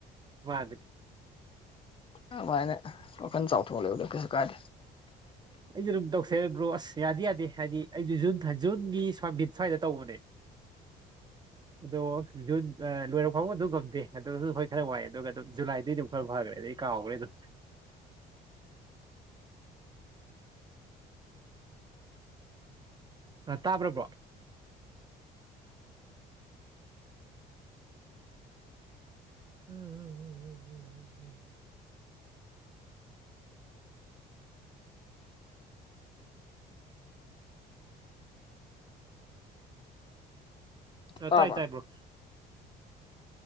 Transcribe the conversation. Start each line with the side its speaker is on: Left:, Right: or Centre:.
Right: ꯃꯥꯅꯤ
Left: ꯑꯗꯨꯃꯥꯏꯅ ꯋꯥꯈꯜ ꯆꯥꯎꯊꯣꯛ ꯂꯩꯕꯗꯣ ꯀꯩꯁꯨ ꯀꯥꯏꯗꯦ
Right: ꯑꯩꯖꯨ ꯑꯗꯨꯝ ꯇꯧꯁꯦ ꯕ꯭ꯔꯣ ꯑꯁ ꯌꯥꯗꯤ ꯌꯥꯗꯦ ꯍꯥꯏꯗꯤ ꯑꯩꯖꯨ ꯖꯨꯟ ꯖꯨꯟꯒꯤ ꯁ꯭ꯋꯥꯃꯤꯠ ꯁ꯭ꯋꯥꯏꯗ ꯇꯧꯕꯅꯦ
Left: <inaudible>
Right: ꯑꯗꯣ ꯖꯨꯟ ꯂꯣꯏꯔ ꯐꯥꯎꯕ ꯑꯗꯨꯝ ꯉꯝꯗꯦ ꯑꯗꯨꯁꯨ ꯍꯣꯏ ꯈꯔ ꯋꯥꯏ ꯑꯗꯨꯒ ꯑꯗꯨꯝ ꯖꯨꯂꯥꯏꯗꯩ ꯑꯗꯨꯝ ꯈꯔ ꯐꯈ꯭ꯔꯦ ꯑꯗꯩ ꯀꯥꯎꯒ꯭ꯔꯦ ꯗꯨꯝ ꯑꯥ ꯇꯥꯕ꯭ꯔꯥ ꯕ꯭ꯔꯣ ꯎꯝ ꯎꯝ ꯎꯝ ꯎꯝ ꯎꯝ ꯎꯝ ꯎꯝ ꯎꯝ ꯑꯥ
Left: ꯇꯥꯔꯕ
Right: ꯇꯥꯏ ꯇꯥꯏ ꯕ꯭ꯔꯣ